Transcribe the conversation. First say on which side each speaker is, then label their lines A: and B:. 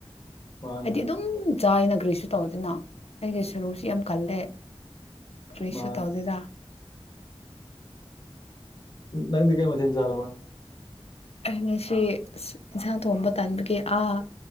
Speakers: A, on the left (about 45°); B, on the left (about 75°).
A: ꯃꯥꯅꯦ
B: ꯑꯩꯗꯤ ꯑꯗꯨꯝ ꯆꯥꯏꯅꯒ꯭ꯔꯤꯁꯨ ꯇꯧꯗꯦꯅ ꯑꯩꯒꯤ ꯁꯔꯨꯁꯤ ꯌꯥꯝ ꯀꯜꯂꯦ ꯀꯔꯤꯁꯨ
A: ꯃꯥ
B: ꯇꯧꯗꯦꯗ
A: ꯅꯪꯗꯤ ꯀꯩ ꯃꯊꯦꯟ ꯆꯥꯔꯕꯥ
B: ꯑꯩ ꯉꯁꯤ ꯏꯁ ꯏꯟꯁꯥꯡ ꯊꯣꯡꯕ ꯇꯥꯟꯕꯒꯤ ꯑꯥ